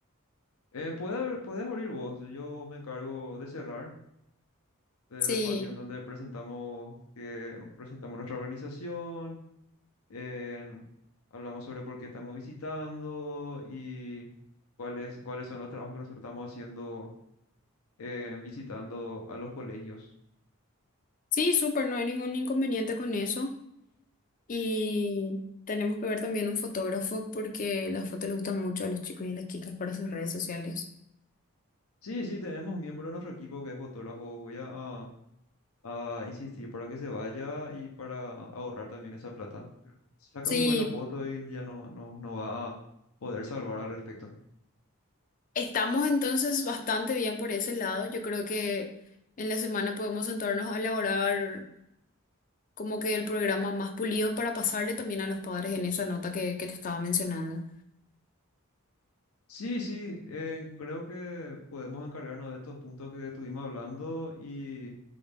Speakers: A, on the left; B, on the left.
A: Eh, puede- puedes abrir vos, yo me encargo de cerrar. del
B: Sí,
A: espacio en donde presentamos, que, no, presentamos nuestra organización, en- hablamos sobre por qué estamos visitando y cuáles, cuáles son los trabajos que nosotros estamos haciendo eh, visitando a los colegios.
B: Sí, súper, no hay ningún inconveniente con eso. Y tenemos que ver también un fotógrafo porque las fotos les gustan mucho a los chicos y a las chicas para sus redes sociales.
A: Sí, sí, tenemos miembro de nuestro equipo que es fotógrafo. Voy a, a insistir para que se vaya y para ahorrar también esa plata. Saca
B: Sí,
A: muy buena foto y ya no, no, no va a poder salvar al respecto.
B: estamos entonces bastante bien por ese lado. Yo creo que en la semana podemos sentarnos a elaborar como que el programa más pulido para pasarle también a los padres en esa nota que, que te estaba mencionando.
A: Sí, sí, eh, creo que podemos encargarnos de estos puntos que estuvimos hablando y